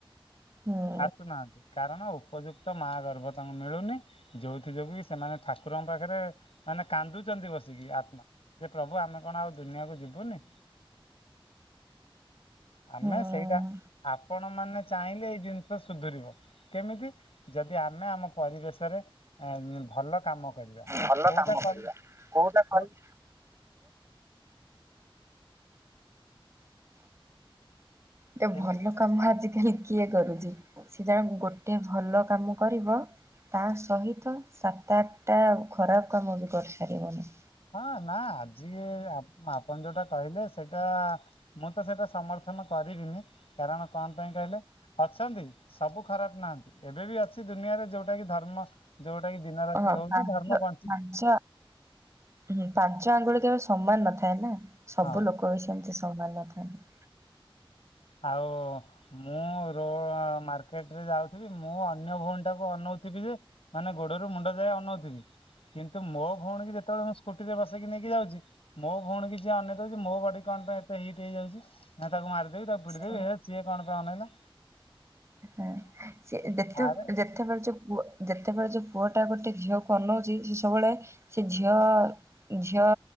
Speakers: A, on the right; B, on the left.
A: ହୁଁ।
B: ଆସୁନାହାନ୍ତି କାରଣ ଉପଯୁକ୍ତ ମା ଗର୍ଭ ତାଙ୍କୁ ମିଳୁନି। ଯୋଉଥି ଯୋଗରୁ କି ସେମାନେ ଠାକୁରଙ୍କ ପାଖରେ ମାନେ କାନ୍ଦୁଛନ୍ତି ବସିକି ଆତ୍ମା। ଯେ ପ୍ରଭୁ ଆମେ କଣ ଆଉ ଦୁନିଆକୁ ଯିବୁନି। ଆମେ
A: ହୁଁ।
B: ସେଇଟା ଆପଣ ମାନେ ଚାହିଁଲେ ଏଇ ଜିନି ସୁଧୁରିବ କେମିତି ଯଦି ଆମେ ଆମ ପରିବେଶରେ ଭଲ କାମ। କରିବା
A: ଭଲ
B: କୋଉଟା
A: କାମ କରିବା
B: କରି
A: କୋଉଟା କରି
B: ଯୋଉ
A: ଏତେ
B: କେମିତି
A: ଭଲ। କାମ ଆଜିକାଲି କିଏ କରୁଛି ସେ ଜଣେ ଗୋଟେ ଭଲ କାମ କରିବ। ତା ସହିତ ସାତ ଆଠଟା ଖରାପ କାମ ବି କରିସାରିବନି।
B: ହଁ ନା ଆଜି ଆପଣ ଯୋଉଟା କହିଲେ ସେଇଟା। ମୁଁ ତ ସେଇଟା ସମର୍ଥନ କରିବିନି କାରଣ କଣ ପାଇଁ କହିଲେ। ଅଛନ୍ତି ସବୁ ଖରାପ ନାହାନ୍ତି ଏବେ ବି ଅଛି ଦୁନିଆରେ ଯୋଉଟା କି ଧର୍ମ। ଯୋଉଟା କିି ଦିନ ରାତି
A: ହଁ
B: ହଉଛି
A: ପାଞ୍ଚ
B: ଧର୍ମ ବଞ୍ଚିଛି।
A: ପାଞ୍ଚ ହୁଁ ପାଞ୍ଚ ଆଙ୍ଗୁଳି କେବେ ସମାନ ନଥାଏ ନା ସବୁ
B: ହଁ
A: ଲୋକ ବି ସେମତି ସମାନ ନଥାନ୍ତି।
B: ଆଉ। ମୁଁ ର ମାର୍କେଟରେ ଯାଉଥିବି ମୁଁ ଅନ୍ୟ ଭଉଣୀ ଟାକୁ ଅନଉଥିବି ଯେ। ମାନେ ଗୋଡରୁ ମୁଣ୍ଡ ଯା ଆଉ ନଉଥିବି। କିନ୍ତୁ ମୋ ଭଉଣୀ କି ଯେତେବେଳେ ମୁଁ ସ୍କୁଟି ରେ ବସେଇକି ନେଇକି ଯାଉଛି। ମୋ ଭଉଣ କିଛି ଅନେଇ ଦଉଛି ମୋ ବଡି କଣ ପାଇଁ ଏତେ ହିଟ୍ ହେଇଯାଉଛିଁ ତାକୁ ମାରିବି ତାକୁ।
A: ଆଜ୍ଞା।
B: ପଦେବ ସିଏ କଣ ପାଇଁ ନାଇଲା।
A: ହଁ ସେ ଯେତେ
B: ଆରେ
A: ଯେ। ଯେତେବେଳେ ଯୋଉ ପୁଅ ଯେତେବେଳେ ଯୋଉ ପୁଅଟା ଗୋଟେ ଝିଅକୁ ଅନଉଛି ସେ ସବୁବେଳେ। ସେ ଝିଅ ଝିଅ